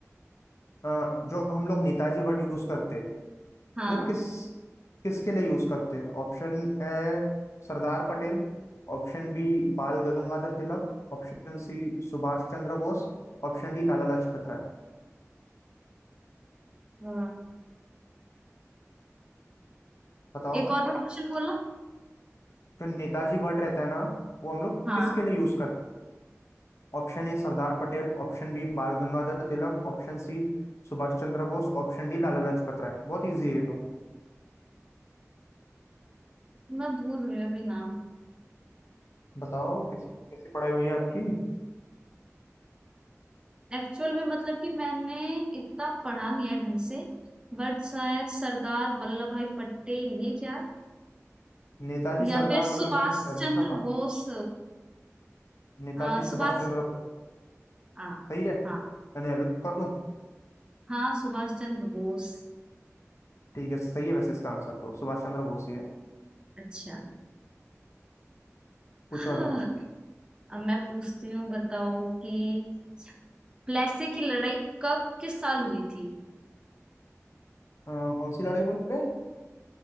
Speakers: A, on the left; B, on the right.
A: अ, जो हम लोग नेताजी वर्ड यूज करते हैं,
B: हाँ
A: वो किस किसके लिए यूज करते हैं Option A सरदार पटेल option B बाल गंगाधर तिलक option C सुभाष चंद्र बोस option D लाला लाजपत राय
B: हाँ
A: बताओ
B: एक और भी क्वेश्चन बोलो
A: जो नेताजी वर्ड रहता है ना वो हम लोग
B: हाँ
A: किसके लिए यूज कर Option A सरदार पटेल option B बाल गंगाधर तिलक option C सुभाष चंद्र बोस option D लाला लाजपत राय बहुत इजी है ये तो
B: मैं भूल रही हूँ अभी नाम
A: बताओ किस कैसी पढ़ाई हुई है आपकी
B: एक्चुअल में मतलब कि मैंने इतना पढ़ा नहीं है ढंग से बट शायद सरदार वल्लभ भाई पटेल ये क्या
A: नेताजी
B: या
A: सरदार
B: फिर सुभाष
A: वल्लभ भाई पटेल
B: चंद्र
A: है ना?
B: बोस
A: नेताजी
B: अ,
A: सुभाष
B: सुभाष
A: चंद्र बोस
B: हाँ
A: सही है
B: हाँ
A: मैंने लॉक कर दूं
B: हाँ सुभाष चंद्र बोस
A: ठीक है सही है वैसे इसका आंसर तो सुभाष चंद्र बोस ही है
B: अच्छा
A: पूछो
B: हाँ
A: अभी आप
B: अब मैं पूछती हूँ बताओ कि प्लेसे की लड़ाई कब किस साल हुई थी
A: अ, कौन सी लड़ाई बोल रहे हैं